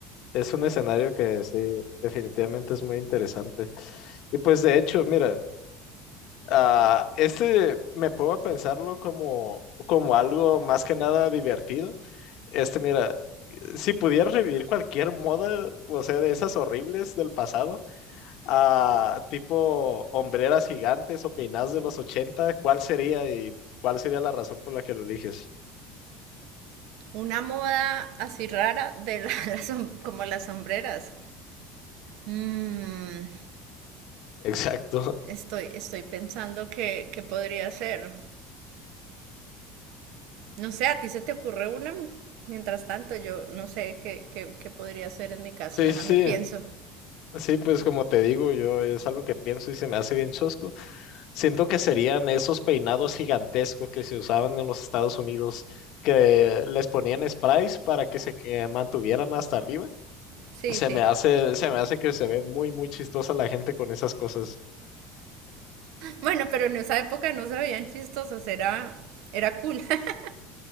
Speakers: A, on the left; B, on the right.
A: Es un escenario que sí, definitivamente es muy interesante. Y pues de hecho, mira, ah, este me pongo a pensarlo como, como algo más que nada divertido Este, mira, si pudieras revivir cualquier moda, o sea, de esas horribles del pasado, a tipo hombreras gigantes o peinadas de los 80, ¿cuál sería y cuál sería la razón por la que lo eliges?
B: Una moda así rara de la, <laughs> las, como las sombreras. Mm,
A: <laughs> Exacto.
B: estoy, estoy pensando que, que podría ser. No sé, ¿a ti se te ocurre una? Mientras tanto, yo no sé qué, qué, qué podría ser en mi caso.
A: Sí,
B: Déjame
A: sí,
B: pienso.
A: sí, pues como te digo, yo es algo que pienso y se me hace bien chosco. Siento que serían esos peinados gigantescos que se usaban en los Estados Unidos, que les ponían sprays para que se que mantuvieran hasta arriba.
B: Sí,
A: Se
B: sí.
A: me hace, se me hace que se ve muy, muy chistosa la gente con esas cosas.
B: Bueno, pero en esa época no se veían chistosas, era, era cool. <laughs>